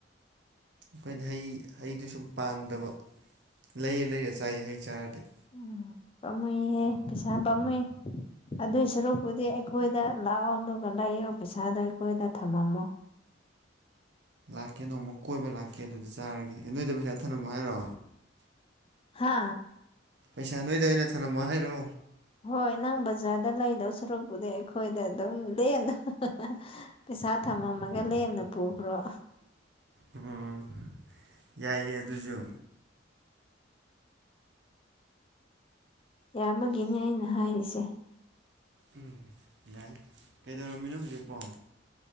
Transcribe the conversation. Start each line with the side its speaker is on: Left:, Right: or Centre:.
Right: ꯑꯩꯈꯣꯏꯗꯤ ꯍꯩ ꯍꯩꯗꯤ ꯁꯨꯝ ꯄꯥꯝꯗꯕ ꯂꯩꯔ ꯂꯩꯔ ꯆꯥꯏ ꯍꯩ ꯆꯥꯔꯗꯤ
Left: ꯎꯝ ꯄꯥꯝꯃꯨꯏꯍꯦ ꯄꯩꯁꯥ ꯄꯥꯝꯃꯨꯏ ꯑꯗꯨꯏ ꯁꯔꯨꯛꯄꯨꯗꯤ ꯑꯩꯈꯣꯏꯗ ꯂꯥꯛꯑꯣ ꯑꯗꯨꯒ ꯂꯩꯌꯣ ꯄꯩꯁꯥꯗꯣ ꯑꯩꯈꯣꯏꯗ ꯊꯝꯃꯝꯃꯣ
Right: ꯂꯥꯛꯀꯦ ꯅꯣꯡꯃ ꯀꯣꯏꯕ ꯂꯥꯛꯀꯦ ꯑꯗꯨꯗꯤ ꯆꯥꯔꯒꯦ ꯅꯣꯏꯗ ꯄꯩꯁꯥ ꯊꯝꯅꯝꯃꯣ ꯍꯥꯏꯔꯣ
Left: ꯍꯥ
Right: ꯄꯩꯁꯥ ꯅꯣꯏꯗ ꯑꯣꯏꯅ ꯊꯝꯅꯝꯃꯣ ꯍꯥꯏꯔꯣ
Left: ꯍꯣꯏ ꯅꯪ ꯕꯖꯥꯔꯗ ꯂꯩꯗꯧ ꯁꯔꯨꯛꯄꯨꯗꯤ ꯑꯩꯈꯣꯏꯗ ꯑꯗꯨꯝ ꯂꯦꯟꯅ <unintelligible> ꯄꯩꯁꯥ ꯊꯝꯃꯝꯃꯒ ꯂꯦꯝꯅ ꯄꯨꯈ꯭ꯔꯣ
Right: ꯑꯣ ꯌꯥꯏꯌꯦ ꯑꯗꯨꯖꯨ
Left: ꯌꯥꯕꯒꯤꯅꯦ ꯑꯩꯅ ꯍꯥꯏꯔꯤꯁꯦ
Right: ꯎꯝ ꯌꯥꯏ ꯀꯩꯗꯧꯔꯝꯃꯤꯅꯣ ꯍꯧꯖꯤꯛꯄꯣ